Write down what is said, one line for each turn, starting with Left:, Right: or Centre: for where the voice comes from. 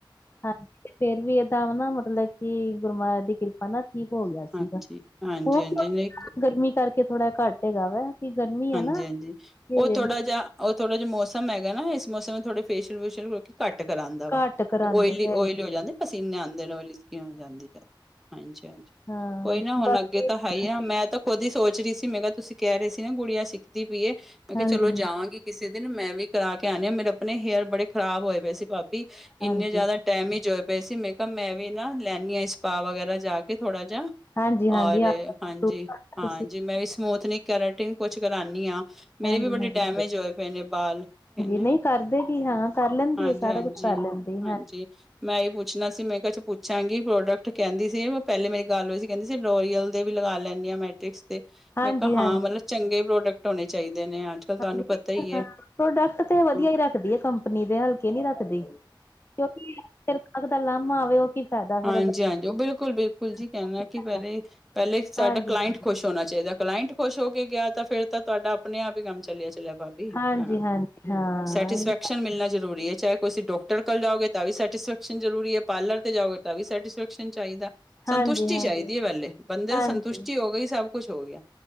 Left: ਹਾਂਜੀ ਤੇ ਫੇਰ ਵੀ ਏਦਾਂ ਨਾ ਮਤਲਬ ਕਿ ਗੁਰ ਮਾਹਰਾਜ ਦੀ ਕਿਰਪਾ ਨਾ ਠੀਕ ਹੋ ਗੇਆ ਸੀਗਾ,
Centre: ਹਾਂਜੀ ਹਾਂਜੀ
Left: ਹੁਣ
Centre: ਹਾਂਜੀ ਨਹੀਂ
Left: ਗਰਮੀ ਕਰਕੇ ਥੋੜ੍ਹਾ ਘੱਟ ਹੋ ਗੇਆ ਵਾ ਕਿ ਗਰਮੀ
Centre: ਹਾਂਜੀ
Left: ਹੈ ਨਾ
Centre: -ਹਾਂਜੀ
Left: ਕਿ
Centre: ਓ ਥੋੜਾ ਜੇਆ, ਓ ਥੋੜਾ ਜੇਆ ਮੌਸਮ ਹੈਗਾ ਨਾ ਇਸ ਮੌਸਮ ਨੂੰ ਥੋੜੇ ਫੇ਼ਸੀਅਲ ਫੂਸ਼ਅਲ ਕਰਕੇ ਘੱਟ ਕਰਾਂਦਾ ਵਾ
Left: ਘੱਟ ਕਰਾਂਦੇ
Centre: ਓਇਲੀ-
Left: ਹੈਗੇ
Centre: ਓਇਲੀ ਹੋ ਜਾਂਦੇ ਪਸੀਨੇ ਆਂਦੇ ਨੇ ਓਇਲੀ ਕੋਈ ਨਈ ਜਾਂਦੀ ਜਾਵੇ, ਹਾਂਜੀ ਹਾਂਜੀ
Left: ਹਾਂ
Centre: ਕੋਈ ਨਾ ਹੁਣ
Left: ਬਾਕੀ
Centre: ਅੱਗੇ ਤਾਂ ਹੈ ਈ
Left: ਹਾਂਜੀ
Centre: ਆ ਮੈਂ ਤਾਂ ਖੁਦ ਈ ਸੋਚ ਰਹੀ ਸੀ ਮੈਂ ਕੇਆ ਤੁਸੀਂ ਕੈ ਰਏ ਸੀ ਨਾ ਗੁੜੀਆਂ ਸਿੱਖਦੀ ਪਈਏ, ਮੈਂ ਕੇਆ
Left: ਹਾਂਜੀ
Centre: ਚਲੋ ਜਾਵਾਂਗੀ। ਕਿਸੇ ਦਿਨ ਮੈਂ ਵੀ ਕਰਾ ਕੇ ਆਣੀ ਐ, ਮੇਰੇ ਆਪਣੇ ਹੇਅਰ ਬੜੇ ਖ਼ਰਾਬ ਹੋਏ ਪਏ ਸੀ ਭਾ ਵੀ ਇੰਨੇ
Left: ਹਾਂਜੀ
Centre: ਜ਼ਿਆਦਾ ਡੈਮਿਜ਼ ਹੋਏ ਪਏ ਸੀ ਮੈਂ ਕੇਆ ਮੈਂ ਵੀ ਨਾ ਲੈਣੀ ਹਾਂ ਇਸ ਸਪਾ ਵਗੈਰਾ ਜਾ ਕੇ ਥੋੜਾ ਜੇਹਾ
Left: ਹਾਂਜੀ ਹਾਂਜੀ
Centre: ਔਰ
Left: ਆਪ
Centre: ਹਾਂਜੀ- ਹਾਂ
Left: ਤੁਸੀਂ
Centre: ਇਨਾ ਵੀ ਸਮੂਥਨਿਕ, ਕੈਰਟਿਨ ਕੁਛ ਕਰਾਨੀ ਐ ਮੇਰੇ
Left: ਹਾਂਜੀ
Centre: ਵੀ ਬੜੇ
Left: ਹਾਂਜੀ
Centre: ਡੈਮੇਜ ਹੋਏ ਪਏ ਨੇ ਵਾਲ, ਓਹ ਹਾਂਜੀ-
Left: ਨਹੀਂ ਕਰਦੇ ਕਿ ਹਾਂ ਕਰ ਲੈਂਦੀ
Centre: ਹਾਂਜੀ।
Left: ਹੈ ਸਾਰਾ ਕੁਛ ਕਰ ਲੈਂਦੀ
Centre: ਹਾਂਜੀ। ਮੈਂ ਏਈ ਪੁੱਛਣਾ ਸੀ ਮੈਂ ਕ ਚ ਪੁੱਛਾਂਗੀ ਪ੍ਰੋਡਕਟ ਕੇਂਦੀ ਸੀ ਮੈ ਪੇਲੇ ਮੇਰੀ ਗੱਲ ਹੋਈ ਸੀ ਕੇਂਦੀ ਸੀ- ਸਡੋਰੀਅਲ ਦੇ ਵੀ ਲਗਾ ਲੈਂਣੀ ਆ ਮੈਟ੍ਰਿਕਸ। ਤੇ
Left: ਹਾਂਜੀ
Centre: ਮੈਂ ਕੇਆ
Left: ਹਾਂਜੀ
Centre: ਹਾਂ ਮਤਲਬ ਚੰਗੇ ਪ੍ਰੋਡਕਟ ਹੋਣੇ ਚਾਈਦੇ ਨੇ ਅੱਜ- ਕੱਲ੍ਹ ਤੁਆਨੂੰ
Left: ਹਾਂਜੀ
Centre: ਪਤਾ ਈ ਏ।
Left: ਹਾਂ ਪ੍ਰੋਡਕਟ ਤੇ ਵਧੀਆ
Centre: ਹਾਂ,
Left: ਈ ਰੱਖਦੀ ਏ ਕੰਪਨੀ ਦੇ ਹਲਕੇ ਨੀ ਰੱਖਦੀ, ਕਿਉਂਕਿ ਫੇਰ ਅਗਲੇ ਦਾ ਲਾਮਾ ਆਵੇ ਓ ਕੀ ਫਾਇਦਾ
Centre: ਹਾਂਜੀ
Left: ਫਿਰ
Centre: ਹਾਂਜੀ ਬਿਲਕੁਲ-ਬਿਲਕੁਲ ਜੀ ਕੈਣਾ
Left: ਕੀ ਫਾਇਦਾ।
Centre: ਕਿ ਪੇਲੇ ਪੇਲੇ ਸਾਡਾ
Left: ਹਾਂਜੀ
Centre: ਕਲਾਇੰਟ
Left: ਹਾਂਜੀ
Centre: ਖੁਸ਼ ਹੋਣਾ ਚਾਈਦਾ, ਕਲਾਇੰਟ ਖੁਸ਼ ਹੋ ਕੇ ਗੇਆ ਤਾਂ ਫਿਰ ਤਾਂ ਤੁਆਡਾ ਆਪਣੇ ਆਪ ਈ ਕੰਮ ਚੱਲੇਆ- ਚੱਲੇਆ ਭਾਬੀ
Left: ਹਾਂਜੀ
Centre: ਹਾਂ,
Left: ਹਾਂਜੀ ਹਾਂ
Centre: ਸੈਟੀਸਫੈਕ
Left: ਇਹੀ
Centre: ਸ਼ਨ ਜ਼ਰੂਰੀ ਐ, ਚਾਹੇ ਕੀਸੀਂ ਡਾਕਟਰ ਕੋਲ ਜਾਓਗੇ ਤਾਂ ਵੀ ਸੈਟਿਸਫੈਕਸ਼ਨ ਜ਼ਰੂਰੀ ਐ, ਪਾਰਲਰ ਕੋਲ ਜਾਓਗੇ ਤਾ ਵੀ ਸੈਟਿਸਫੈਕਸ਼ਨ ਚਾਈਦਾ, ਸੰਤੁਸ਼ਟੀ
Left: ਹਾਂਜੀ ਹਾਂਜੀ
Centre: ਚਾਈਦੀ ਆ ਪੇਲੇ ਬੰਦੇ
Left: ਹਾਂਜੀ
Centre: ਦੀ ਸੰਤੁਸ਼ਟੀ ਹੋ ਗਈ ਸਭ ਕੁਸ਼ ਹੋ ਗਿਆ।